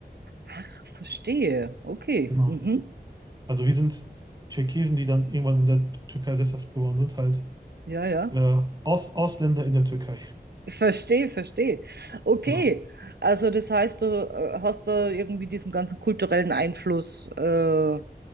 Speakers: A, on the right; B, on the right.
A: Ach, verstehe. Okay.
B: Genau.
A: Mhm.
B: Also wir sind Tscherkesen, die dann irgendwann in der Türkei sesshaft geworden sind, halt
A: Ja, ja.
B: äh, Aus Ausländer in der Türkei.
A: Ich verstehe, verstehe. Okay.
B: Genau.
A: Also das heißt, du äh, hast da irgendwie diesen ganzen kulturellen Einfluss äh,